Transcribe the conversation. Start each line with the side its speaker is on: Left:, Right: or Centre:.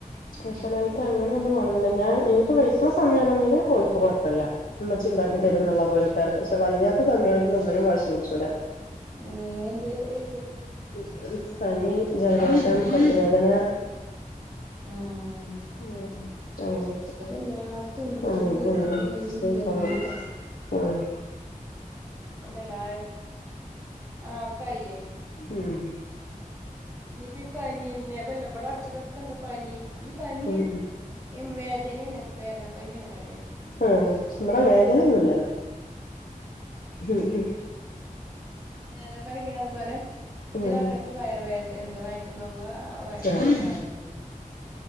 Left: സ്പെഷ്യല് ആയിട്ട് അങ്ങനെ ഒന്നും വേണോന്നില്ല ഞാൻ എനിക്ക് <unintelligible> സമയ ആണെങ്കില് ഓല്ക്ക് കൊഴപ്പല്ല ഉമ്മച്ചി ഉണ്ടാക്കി
Right: ആ
Left: തരുന്നു
Right: ആ
Left: എന്നുള്ളത് ഒര്ക്ക് അറിയാം വയ്യാത്ത സമയണെങ്കിൽ ഒന്നിനും വാശി പിടിച്ചുല്ല
Right: ഏഹ് ഏത് വെ
Left: ഉം ഉം പനി ജലദോഷം പല്ലുവേദന
Right: ആഹ്
Left: ഉം അങ്ങനെയെക്കെ
Right: എല്ലായിടത്തും ഉണ്ട് ഇപ്പൊ
Left: ഉം
Right: ഈ സീസൺ
Left: ഉം
Right: ആയി
Left: ഉം
Right: കഴിഞ്ഞ
Left: സീസണല്ലേ
Right: ഇതന്നെ
Left: ഉം
Right: <unintelligible> ആഹ് ഒക്കെ ആയി
Left: ഉം
Right: ഇനിയിപ്പ ഈ പനിന്ന ഇപ്പോല്ല ഇവിടെ അടുത്തൂടെ ഒക്കെ ഉണ്ട് പനി ഈ പനി
Left: ഉം
Right: ഇമ് വേദ് ദെനേണ് വേദനപ്പനിയണ് കാ
Left: ആം മ്പടെ വേദനെന്നുല്ല ഹ് ഹ്
Right: വേത പനി പിന്നെ അതുപോലെ ചെല
Left: ഉം ഉം
Right: ആൾക്കാര്ക്ക് വയറ് വേ എന്ത വയറ്റ്‌ ന്നോവാ ആ വയ് പ
Left: ആഹ്
Right: വയ്റ് വേദനെ